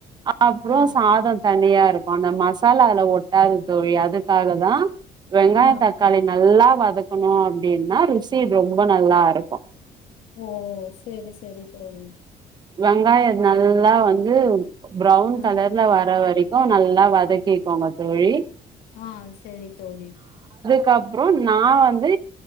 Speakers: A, on the right (about 30°); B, on the left (about 85°).
A: அப்புற
B: ஆ
A: சாதம் தனியா இருக்கு அந்த மசாலால ஒட்டாது தோழி அதுக்காக தா வெங்காய
B: ஆ
A: தக்காளி நல்லா வதக்கணு அப்படின்னா ருசி ரொம்ப நல்லா இருக்கு
B: ஓ சரி சரி தோழி
A: வெங்காய நல்லா வந்து ப்ரௌன்
B: ம்
A: கலர்ல வர வரைக் கு நல்லா வதக்கிக்கோங்க தோழி
B: ஆஹ் சரி தோழி
A: க்கப்புறம் நா வந்து